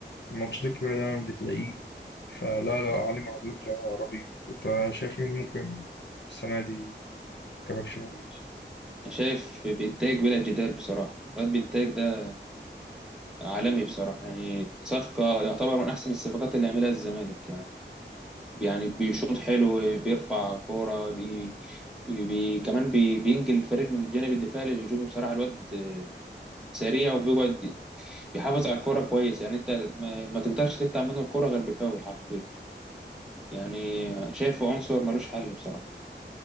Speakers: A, on the left (about 65°); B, in the centre.
A: الماتشات الكبيرة دايما بتلاقيه فلا لا علي معلول رهيب انت شايف مين ممكن السنة دي كباك شمال
B: ماشي انا شايف بينتاج بلا جدال بصراحة الواد بينتاج ده عالمي بصراحة يعني صفقة يعتبر من أحسن الصفقات اللي عملها الزمالك يعني يعني بيشوط حلو بيرفع كورة بي... بي... كمان بي... بينجل الفريق من الجانب الدفاعي للهجوم بصراحة الواد سريع وبيقعد بيحافظ على الكورة كويس يعني انت ما, ما تقدرش تقطع منه الكورة غير بفاول حرفيا يعني شايفه عنصر ملوش حل بصراحة